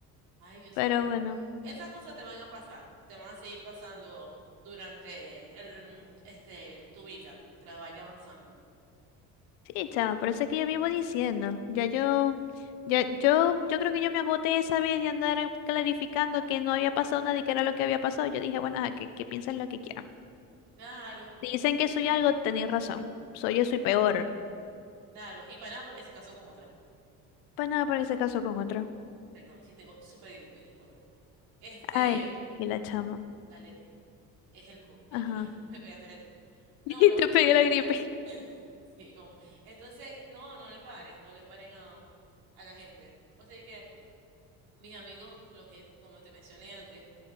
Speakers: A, on the right; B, on the left.
A: Ay, Dios
B: Pero
A: mío, pero
B: bueno.
A: esas cosas te van a pasar, te van a seguir pasando durante el, este, tu vida, mientras vaya avanzando.
B: Sí, chava, por eso es que yo vivo diciendo. Ya yo, ya, yo, yo creo que yo me agoté esa vez de andar clarificando que no había pasado nada y que era lo que había pasado. Yo dije, bueno, ajá, que, que piensen lo que quieran.
A: Claro,
B: Si dicen que soy algo, tenéis razón. Soy eso y peor.
A: claro. Y para nada porque se casó con otra.
B: Pues nada, porque se casó con otro.
A: Perdón, es que tengo súper gripe, y estornudé. Este,
B: Ay, aquí la chamo.
A: dale, tía. Es el COVID. No,
B: Ajá.
A: mentira, <laughs> me pegaste la gripe.
B: <laughs>
A: No,
B: Y
A: lo...
B: te pegué la
A: <laughs>
B: gripe.
A: Sí, como- Entonces, no, no le paren, no le paren a, a la gente. O sea, que mis amigos, los que, como te mencioné antes,